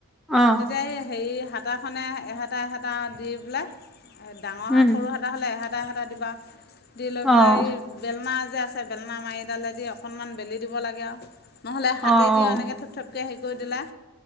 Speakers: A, in the centre; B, on the left (about 45°).
A: অ'।
B: তাতে হেৰি হাতাখনে এহাটা এহঅটা দি পেলাই ডাঙৰ
A: উম,
B: হা, সৰু হা এটা হ'লে এহাটা এহাটা দিবা, দি লৈ
A: অ'।
B: পেলাই এ বেলনা যে আছে বেলনা মাৰিডালেদি অকণমান বেলি দিব লাগে আৰু। নহ'লে
A: অ',
B: হাতে
A: অ',
B: দিওঁ এনেকে থপথপকে হেৰি কৰি দিলা।